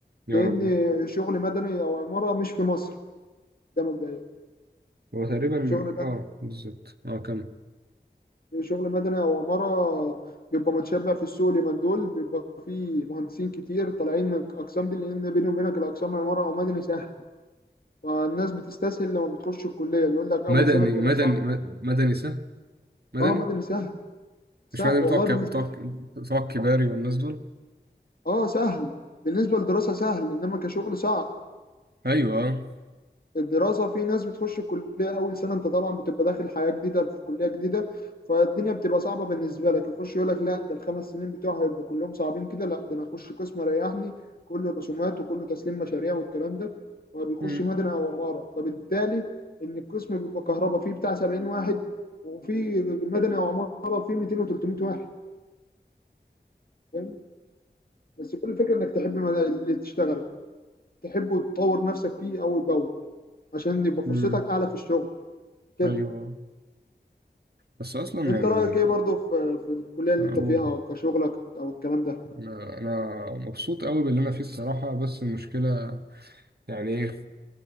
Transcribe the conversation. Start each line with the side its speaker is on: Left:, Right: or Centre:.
Left: لان
Right: يا ربي
Left: شغل مدني او عماره مش في مصر ده مبدئيا
Right: هو تقريبا
Left: شغل
Right: اه بالظبط اه كمل
Left: شغل مدني او عماره بيبقى متشابه بقى في السوق اليومين دول بيبقى في مهندسين كتير طالعين من الاقسام دي لان بيني وبينك الاقسام العماره او مدني سهل والناس بتستسهل لما بتخش الكليه بيقول لك اول
Right: مدني
Left: سنه بتبقى
Right: مدني
Left: صعبه
Right: مد- مدني سه مدني
Left: اه مدني سهل سهل
Right: مش مدني
Left: والله
Right: بتوع الك-
Left: بالنسبه
Right: بتوع بتوع الكباري والناس دول
Left: اه سهل بالنسبه للدراسه سهل انما كشغل صعب
Right: ايوه اه.
Left: الدراسة في ناس بتخش الكلية أول سنة أنت طبعا بتبقى داخل حياة جديدة في كلية جديدة فالدنيا بتبقى صعبة بالنسبة لك يخش يقول لك لا ده الخمس سنين بتوعي هيبقوا كلهم صعبين كده لا ده أنا أخش قسم ريحني كله رسومات وكله تسليم مشاريع والكلام ده وبيخش
Right: مم.
Left: مدني أو عمارة فبالتالي إن القسم بيبقى كهرباء فيه بتاع 70 واحد وفي مدني أو عمارة فيه 200 و300 واحد فاهم بس كل الفكرة إنك تحب مد- اللي تشتغله تحبه وتطور نفسك فيه أول بأول عشان يبقى
Right: مم.
Left: فرصتك أعلى في الشغل كده
Right: ايوه بس اصلا
Left: انت
Right: يعني
Left: رايك ايه برضو في في الكليه اللي
Right: اقول
Left: انت فيها كشغلك او الكلام ده
Right: انا انا مبسوط قوي باللي انا فيه الصراحه بس المشكله يعني ايه